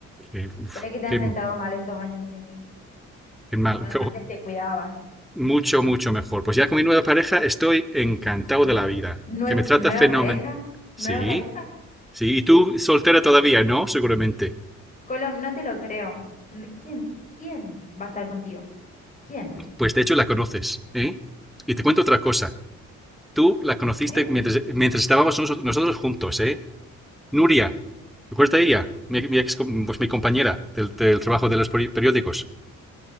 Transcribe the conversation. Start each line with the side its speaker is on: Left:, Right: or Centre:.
Centre: Qué, uf,
Left: Se ve que te
Centre: qué-
Left: han sentado mal estos años sin mí.
Centre: qué mal.
Left: Por lo menos
Centre: <laughs>
Left: antes te cuidabas.
Centre: Mucho, mucho mejor. Pues ya con mi nueva pareja estoy encantado
Left: Nue-
Centre: de la vida.
Left: nue-
Centre: Que me trata
Left: nueva
Centre: fenómeno.
Left: pareja,
Centre: Sí,
Left: nueva pareja.
Centre: sí. Y tú soltera todavía, ¿no? Seguramente.
Left: Colom, no te lo creo. N- ¿Quién, quién va a estar contigo? ¿Quién?
Centre: Pues de hecho la conoces, ¿eh? Y te cuento otra cosa. Tú la conociste
Left: ¿Qué?
Centre: mientras, mientras estábamos noso- nosotros juntos, ¿eh? Nuria, ¿te acuerdas de ella? Mi, mi ex, com- pues mi compañera del, del trabajo de los peri- periódicos.